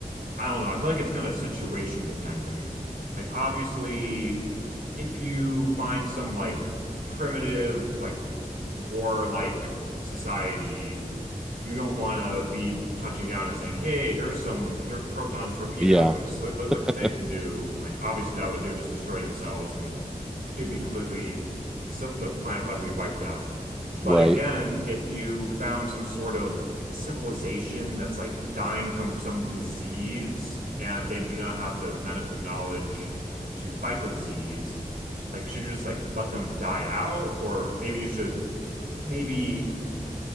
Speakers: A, on the right; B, in the centre.
A: I don't know. I feel like it's kind of situation dependent. Like obviously if you find some like primitive like warlike society, you don't want to be touching down and saying, "Hey, here's some here are proton torpedoes.
B: Yeah,
A: Look, look,
B: <laughs>
A: look what they can do." Like obviously that would they would just destroy themselves and it would be completely the, the planet probably wiped out. But
B: right,
A: again, if you found some sort of civilization that's like dying from some disease and they do not have the medical knowledge to fight the disease, like should you just like let them die out? Or maybe you should maybe